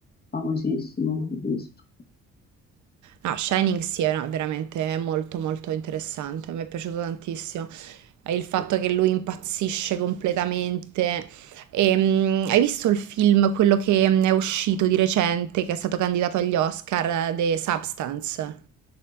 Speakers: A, on the left; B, on the right.
A: famosissimo, ho visto.
B: No, Shining sì, è una- veramente molto molto interessante, mi è piaciuto tantissimo. Eh, Il fatto che lui impazzisce completamente. E, mm, hai visto il film, quello che mm, è uscito di recente, che è stato candidato agli Oscar, eh, The Substance?